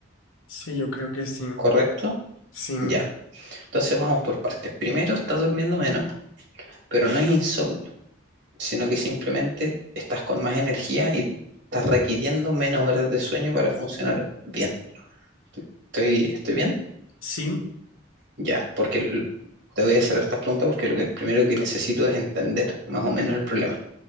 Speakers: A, on the left; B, on the right.
A: Sí, yo creo que sí,
B: ¿correcto?
A: sí,
B: Ya, entonces vamos por partes. Primero, estás durmiendo menos, pero no es insomnio, sino que simplemente estás con más energía y estás requiriendo menos horas de sueño para funcionar bien. ¿Estoy, estoy bien?
A: sí.
B: Ya, porque l- te voy a hacer hartas preguntas porque lo que, primero que necesito es entender más o menos el problema.